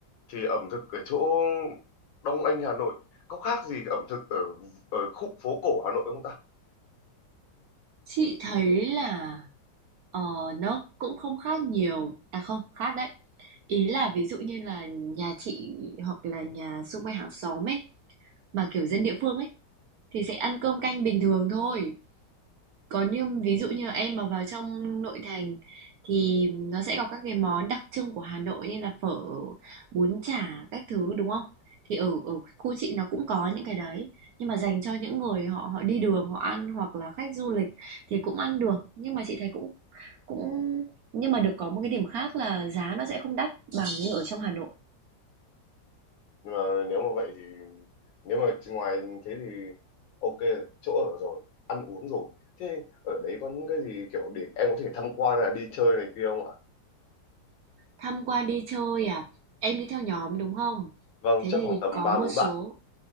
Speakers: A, on the left; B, on the right.
A: Thì ẩm thực ở chỗ Đông Anh Hà Nội có khác gì ẩm thực ở ở khu phố cổ Hà Nội không ta?
B: Chị thấy là ờ, nó cũng không khác nhiều. À không, khác đấy. Ý là ví dụ như là nhà chị hoặc là nhà xung quanh hàng xóm ấy mà kiểu dân địa phương ấy Thì sẽ ăn cơm canh bình thường thôi. Còn như ví dụ như là em mà vào trong nội thành thì nó sẽ có các cái món đặc trưng của Hà Nội như là phở, bún chả các thứ đúng không? Thì ở ở khu chị nó cũng có những cái đấy, nhưng mà dành cho những người họ họ đi đường họ ăn hoặc là khách du lịch thì cũng ăn được, nhưng mà chị thấy cũng cũng nhưng mà được có một cái điểm khác là giá nó sẽ không đắt bằng như ở trong Hà Nội.
A: nhưng mà nếu mà vậy thì nếu mà chỉ ngoài thế thì ok chỗ ở rồi ăn uống rồi thế ở đấy có những cái gì kiểu để em có thể tham quan là đi chơi này kia không ạ
B: Tham quan đi chơi à? Em đi theo nhóm đúng không?
A: vâng
B: Thế
A: chắc
B: thì
A: khoảng tầm
B: có
A: ba
B: một
A: bốn
B: số
A: bạn